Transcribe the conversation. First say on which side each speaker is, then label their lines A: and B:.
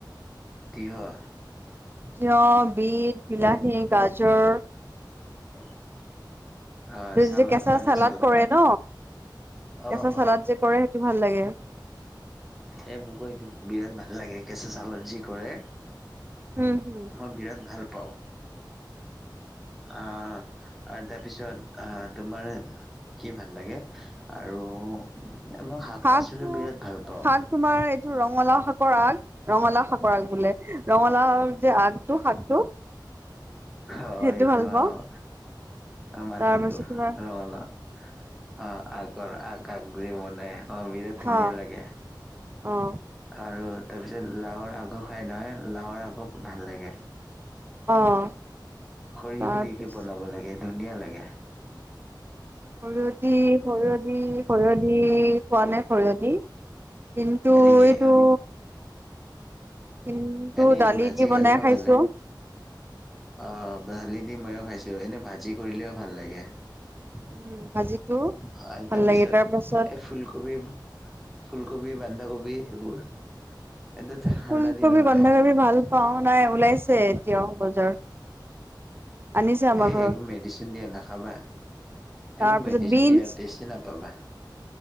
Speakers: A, in the centre; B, on the right.
A: তিয়ঁহ?
B: তিয়হ, বিট, বিলাহী, গাজৰ।
A: হয়। অ',
B: এইটো
A: চালত
B: যে কেঁচা
A: খোৱা
B: চালাদ
A: নে চালত?
B: কৰে ন
A: অ'-অ'।
B: কেঁচা চালাদ যে কৰে সেইটো ভাল লাগে।
A: এ মোকো সেইটো বিৰাট ভাল লাগে, কেঁচা চালদ যি কৰে।
B: উম হম
A: মই বিৰাট ভাল পাওঁ। আহ, আৰু তাৰপিছত আহ তোমাৰ কি ভাল লাগে? আৰু এ মই শাক
B: শাকটো
A: পাচলিও বিৰাট ভাল পাওঁ
B: শাক তোমাৰ এইটো ৰঙালাওঁ‌ শাকৰ আগ, ৰঙালাওঁ শাকৰ আগ বোলে, ৰঙালাওঁ‌ যে আগটো শাকটো
A: হয়
B: সেইটো
A: এইটো
B: ভাল পাওঁ
A: অ', আমি ভাতত
B: তাৰপিছত
A: দিওঁ
B: তোমাৰ
A: ৰঙালাও। অ', আগৰ আগ, আগ গুৰি বনাই অ', বিৰাট
B: হা
A: ধুনীয়া লাগে,
B: অ
A: আৰু তাৰপিছত লাউৰ আগ খায় নহয়, লাউৰ আগক ভাল লাগে।
B: অ'।
A: সৰিয়হ
B: তাৰপিছ
A: দি কে বনাব লাগে, ধুনীয়া লাগে।
B: সৰিয়হ দি, সৰিযহ দি, সৰিয়হ দি, খোৱা নাই সৰিয়হ দি? কিন্তু
A: এনেকে
B: এইটো কিন্তু
A: এনে
B: দালি
A: ভাজি
B: দি বনাই
A: খালেও
B: খাইছোঁ।
A: ভাল লাগে অ দালি দি মইয়ো খাইছোঁ এনেই ভাজি কৰিলেও ভাল লাগে।
B: উম ভাজিটো
A: হয়
B: ভাল
A: তাৰপিছত
B: লাগে তাৰ পাছত
A: এই ফুলকবি ফুলকবি বন্ধাকবি সেইবোৰ। এইটোতো ঠাণ্ডা
B: ফুলকবি
A: দিনত
B: বন্ধাকবি
A: হয়
B: ভাল পাওঁ নাই ওলাইছে এতিয়াওঁ বজাৰত। আনিছে আমাৰ
A: এ
B: ঘৰত
A: এইবোৰ মেডিচিন দিয়া নাখাবা
B: তাৰপিছত
A: এইবোৰ মেডিচিন
B: বিনছ
A: দিয়া টেষ্ট নাপাবা